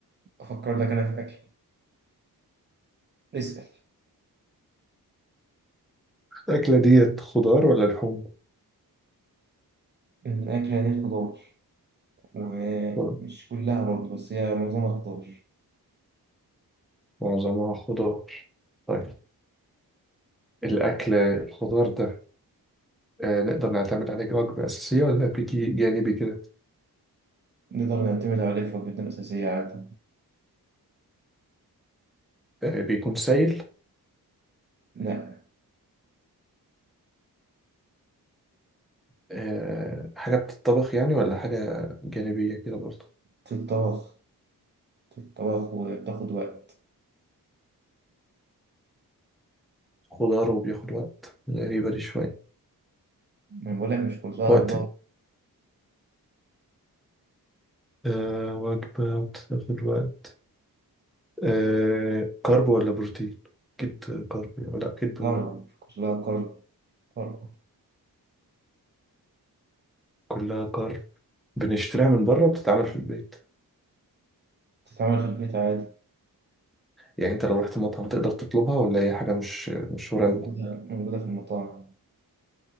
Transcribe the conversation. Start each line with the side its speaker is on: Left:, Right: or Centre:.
Right: افكر لك انا في اكل اسال
Centre: الأكلة ديت خضار ولا لحوم؟
Right: الاكله دي خضار ومش
Centre: خضار.
Right: كلها برضه بس هي معظمها خضار
Centre: معظمها خضار طيب الأكل الخضار ده آه نقدر نعتمد عليه كوجبة أساسية ولا بيجي جانبي كده؟
Right: نقدر نعتمد عليه في وجبتنا الاساسيه عادي
Centre: آه بيكون سائل
Right: لا
Centre: آه حاجة بتتطبخ يعني ولا حاجة جانبية كده برضه؟
Right: في الطبخ الطبخ وبتاخد وقت
Centre: خضار وبياخد وقت غريبة دي شوية
Right: يعني بقول لك مش كلها
Centre: وقت
Right: مم. ضغط
Centre: إيه؟ آه وجبة بتاخد وقت آه كارب ولا بروتين؟ أكيد كارب ولا أكيد
Right: ضرب كلها كرب كرب
Centre: كلها كارب بنشتريها من بره بتتعمل في البيت
Right: بتتعمل في البيت عادي
Centre: يعني انت لو رحت مطعم تقدر تطلبها ولا هي حاجة مش مشهورة
Right: موجودة
Centre: أوي؟
Right: موجودة في المطاعم